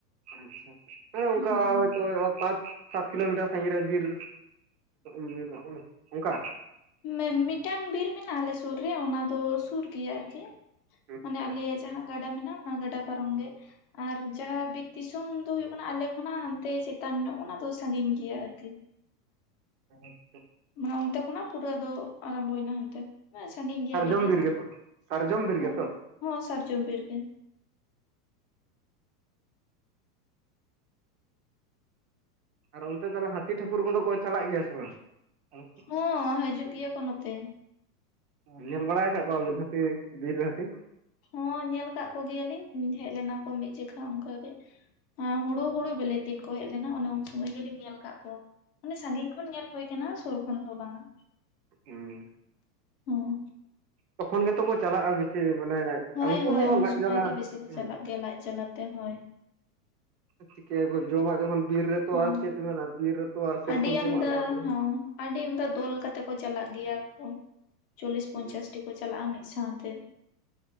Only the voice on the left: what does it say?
ᱦᱳᱭ
ᱢᱮᱼᱢᱤᱫᱴᱟᱝ ᱵᱤᱨ ᱢᱮᱱᱟᱜ-ᱟ ᱟᱞᱮ ᱥᱩᱨ ᱨᱮ, ᱚᱱᱟ ᱫᱚ ᱥᱩᱨ ᱜᱮᱭᱟ ᱟᱨᱠᱤ᱾
ᱢᱟᱱᱮ ᱟᱞᱮᱭᱟᱜ ᱡᱟᱦᱟᱸ ᱜᱟᱰᱟ ᱢᱮᱱᱟᱜ, ᱚᱱᱟ ᱜᱟᱰᱟ ᱯᱟᱨᱚᱢ ᱜᱮ᱾ ᱟᱨ ᱡᱟᱦᱟᱸ ᱵᱤᱨ ᱫᱤᱥᱚᱢ ᱫᱚ ᱦᱩᱭᱩᱜ ᱠᱟᱱᱟ ᱟᱞᱮ ᱠᱷᱚᱱᱟᱜ ᱦᱟᱱᱛᱮ ᱪᱮᱛᱟᱱ ᱧᱚᱜ ᱚᱱᱟ ᱫᱚ ᱥᱟᱸᱜᱤᱧ ᱜᱮᱭᱟ ᱟᱨᱠᱤ᱾
ᱢᱟᱱᱮ ᱚᱱᱛᱮ ᱠᱷᱚᱱᱟᱜ ᱯᱩᱨᱟᱹ ᱟᱫᱚ ᱟᱨᱟᱢᱵᱚᱭᱱᱟ ᱦᱟᱱᱛᱮ᱾ ᱦᱮᱸ ᱥᱟᱺᱜᱤᱧ ᱜᱮᱭᱟ
ᱟᱹᱰᱤ ᱜᱮ
ᱦᱚᱸ
ᱦᱚᱸ ᱥᱟᱨᱡᱚᱢ ᱵᱤᱨ ᱜᱮ᱾
ᱦᱚᱸ ᱦᱟᱹᱡᱩᱜ ᱜᱮᱭᱟ ᱠᱚ ᱱᱚᱛᱮ᱾
ᱦᱚᱸ ᱧᱮᱞ ᱠᱟᱜ ᱠᱚ ᱜᱮᱭᱟᱞᱤᱧ ᱦᱮᱡ ᱞᱮᱱᱟ ᱠᱚ ᱢᱤᱫ ᱡᱮᱠᱷᱟ ᱚᱝᱠᱟ ᱜᱮ᱾ ᱟ ᱦᱳᱲᱳ ᱦᱳᱲᱳ ᱵᱮᱞᱮᱜ ᱫᱤᱱ ᱠᱚ ᱦᱮᱡ ᱞᱮᱱᱟ, ᱚᱱᱮ ᱩᱱ ᱥᱩᱢᱚᱭ ᱜᱮᱞᱤᱧ ᱧᱮᱞ ᱟᱠᱟᱫ ᱠᱚᱣᱟ᱾ ᱢᱟᱱᱮ ᱥᱟᱺᱜᱤᱧ ᱠᱷᱚᱱ ᱧᱮᱞ ᱦᱩᱭ ᱠᱟᱱᱟ ᱥᱩᱨ ᱠᱷᱚᱱ ᱫᱚ ᱵᱟᱝᱟ᱾
ᱦᱚᱸ᱾
ᱦᱳᱭ
ᱦᱳᱭ
ᱩᱱ
ᱥᱩᱢᱳᱭ
ᱜᱮ ᱵᱤᱥᱤ ᱠᱚ
ᱪᱟᱞᱟᱜ ᱜᱮᱭᱟ ᱞᱟᱡ ᱡᱟᱞᱟ ᱛᱮ ᱦᱳᱭ᱾
ᱦᱚᱸ
ᱟᱹᱰᱤ
ᱟᱢᱫᱟ
ᱦᱚᱸ
ᱟᱹᱰᱤ ᱟᱢᱫᱟ ᱫᱚᱞ ᱠᱟᱛᱮ ᱠᱚ ᱪᱟᱞᱟᱜ ᱜᱮᱭᱟ ᱠᱚ, ᱪᱚᱞᱞᱤᱥ ᱯᱚᱧᱪᱟᱥᱴᱤ
ᱠᱚ ᱪᱟᱞᱟᱜ-ᱟ ᱢᱤᱫ ᱥᱟᱶᱛᱮ᱾